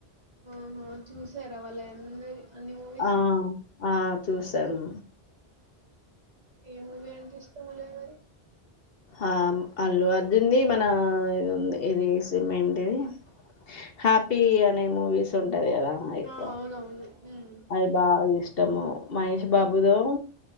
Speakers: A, on the right; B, on the left.
A: ఆహా చూసారా వాళ్ళయి అందరి అన్ని మూవీస్
B: ఆ! ఆ! చూసాను
A: ఏ మూవీ అంటే ఇష్టమున్నాయి మరి
B: ఆ అల్లు అర్జున్ ది మన ఇది ఉంది ఇది సినిమా ఏంటిది హ్యాపీ అనే మూవీస్ ఉంటాయి కదా! ఎక్కువ.
A: ఆ అవునవును హ్మ్.
B: అది బాగా ఇష్ ష్టము మహేష్ బాబుదో